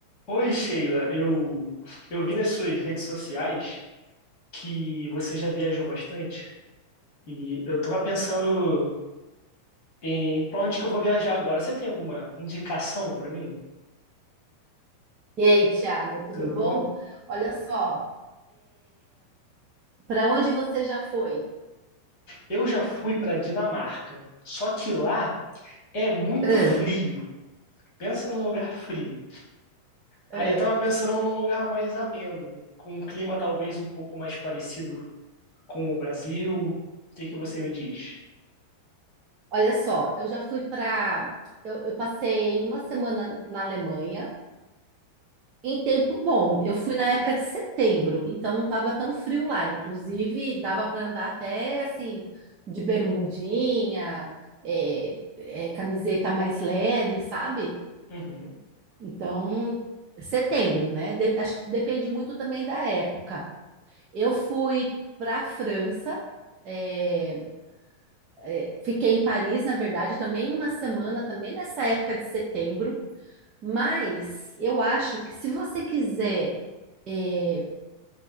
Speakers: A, on the left; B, on the right.
A: Oi, Sheila. Eu, eu vi nas suas redes sociais que você já viajou bastante e eu tava pensando em pra onde que eu vou viajar agora. Você tem alguma indicação pra mim?
B: E aí, Tiago, tudo
A: Tudo
B: bom?
A: bom?
B: Olha só, para onde você já foi?
A: Eu já fui pra Dinamarca, só que lá é muito
B: Ah,
A: frio. Pensa num lugar frio. Aí
B: É.
A: eu tava pensando num lugar mais ameno, com um clima talvez um pouco mais parecido com o Brasil. O que que você me diz?
B: Olha só, eu já fui para. Eu, eu passei uma semana na Alemanha, em tempo bom. Eu fui na época de setembro, então não estava tão frio lá. Inclusive, dava para andar até assim, de bermudinha, é, é, camiseta mais leve, sabe?
A: Uhum,
B: Então, setembro, né? De- acho que depende muito também da época. Eu fui para a França, é, é, fiquei em Paris, na verdade, também uma semana, também nessa época de setembro. Mas eu acho que se você quiser é,